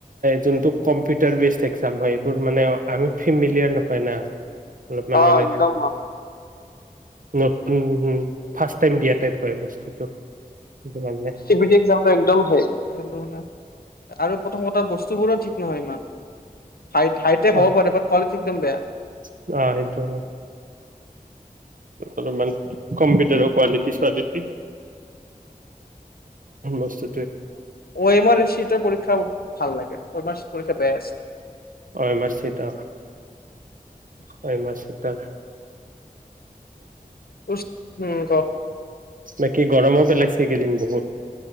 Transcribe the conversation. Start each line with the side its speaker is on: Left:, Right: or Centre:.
Right: যোনটো কম্পিউটাৰ বেচ এক্জাম হয় এইবোৰ মানে আমি ফেমিলিয়াৰ নহয় না অলপমান
Left: অ,
Right: মানে
Left: একদম
Right: নতুনম ফাৰ্ষট টাইম দিয়া টাইপ হয় বস্তুটো সেইটো কাৰণে
Left: চিভিটি এক্সামটো একদম মানে আৰু প্ৰথমতে টা বস্তুবোৰো ঠিক নহয় ইমান ঠাই হাইটেক
Right: অ
Left: হ'ব পাৰে বাট কোৱালিটি একদম বেয়া
Right: অ সেইটো হয় অলপমান কম্পিউটাৰৰ কোৱালিটি ছোৱালিটি বস্তু
Left: মই ম আৰিৰ পীক্ষা ভাল লাগে কলক বেছ
Right: হয় ম চিতা হয় ম চিতা
Left: উচ, উম ক।
Right: বাকী গৰমো পেলাইছে এইকেইদিন বহুত।